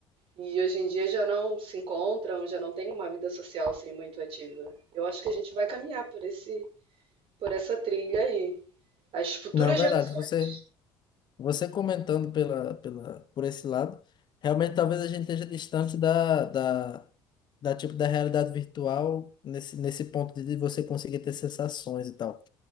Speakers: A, on the right; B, on the left.
A: E hoje em dia já não se encontram, já não tem uma vida social assim muito ativa. Eu acho que a gente vai caminhar por esse, por essa trilha aí. As futuras
B: Não, verdade,
A: gerações
B: você, você comentando pela, pela, por esse lado, realmente talvez a gente esteja distante da, da, da, tipo, da realidade virtual nesse, nesse ponto de você conseguir ter sensações e tal.